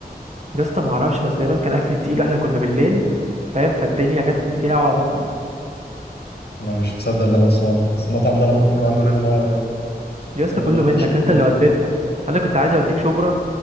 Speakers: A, on the right; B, on the left.
A: يا اسطى ما اعرفش بس دايما كان اكل تقيل واحنا كنا بالليل فاهم فالدنيا جت بتلعب على بطني
B: انا مش مصدق اللي انا بسمعه ده بس المطعم ده انا باكل من عنده ليل نهار يعني
A: يا اسطى
B: اول
A: كله
B: مره حد
A: منك
B: يشتكي
A: انت
B: منه
A: اللي وديتنا انا كنت عايز اوديك شبرا